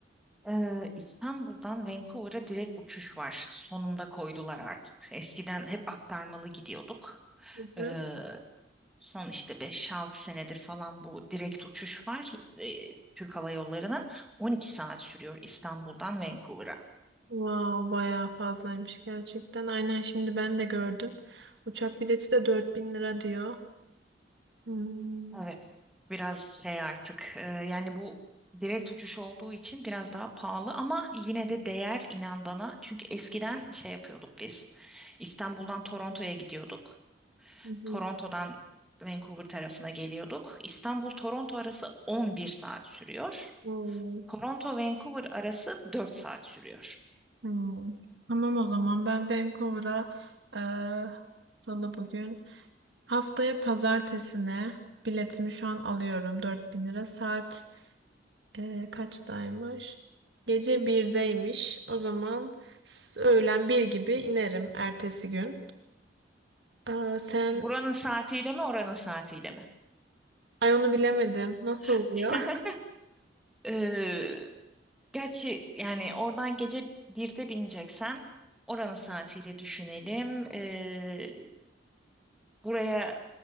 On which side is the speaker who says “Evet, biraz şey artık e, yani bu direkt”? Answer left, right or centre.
Centre